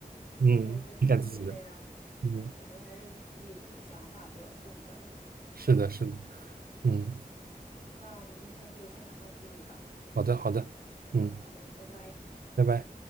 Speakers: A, on the right; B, on the left.
A: 嗯，
B: 对对对，
A: 你干自己的，
B: 是这样的，
A: 嗯，
B: 感觉还是自己的想法比较重要吧。
A: 是的，是的，嗯，
B: 那我们今天就先聊到这里吧。
A: 好的，好的，
B: 嗯，
A: 嗯，
B: 好的，拜拜。
A: 拜拜。